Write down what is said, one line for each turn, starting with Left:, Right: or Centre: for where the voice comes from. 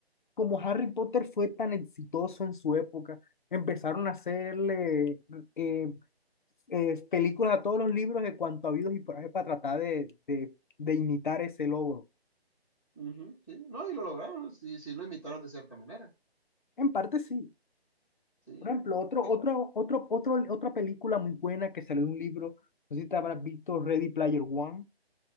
Left: como Harry Potter fue tan exitoso en su época, empezaron a hacerle eh, eh, películas a todos los libros de cuanto habidos y por ahí para tratar de, de, de imitar ese logro.
Centre: Ujú, sí. No, y lo lograron. Sí, sí, lo imitaron de cierta manera.
Left: En parte sí,
Centre: Sí.
Left: Por ejemplo, otro,
Centre: Je-
Left: otro, otro, otro, otra película muy buena que salió de un libro, no sé si te habrás visto Ready Player One.